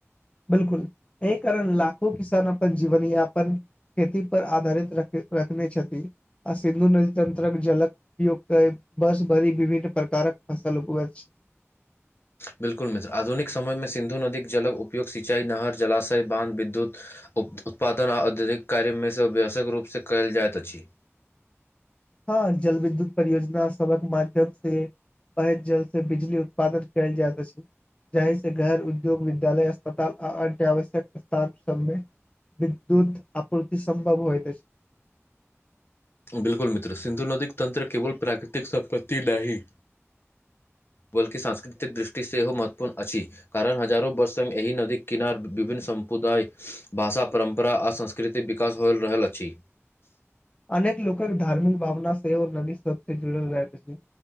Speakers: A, on the left; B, on the left.
A: बिल्कुल एहि कारण लाखों किसान अपन जीवनयापन खेती पर आधारित रख रखने छथि आ सिन्धु नदी तंत्रक जलक उपयोग बर्ष भरी विभिन्न प्रकारक फसल उगबैत छै।
B: बिल्कुल मित्र आधुनिक समय मे सिन्धु नदीक जलक उपयोग सिंचाई, नहर, जलाशय, बांध, विद्युत उत्पादन आ अत्यधिक कार्यमे से अव्यस्यक रूपसँ कयल जाइत अछि।
A: हँ जल विद्युत परियोजना सडक माध्यम से बहैत जल से बिजली उत्पादन कयल जायत अछै। जहि से घर, उद्योग, विद्यालय, अस्पताल आ अन्य आवश्यक स्थान सबमे विद्युत आपूर्ति संभव होइत अछि।
B: बिल्कुल मित्र सिन्धु नदीक तन्त्र केवल प्राकृतिक संपत्ति नाहि बल्कि सांस्कृतिक दृष्टि सेहो महत्वपूर्ण अछि। कारण हजारो वर्ष से हम एहि नदीक किनार विभिन्न सम्पुदाय, भाषा परम्परा आ संस्कृत कृतिक विकास हो रहल अछि।
A: अनेक लोकक धार्मिक भावना सेहो नदी सब से जुड़ल रहैत अछि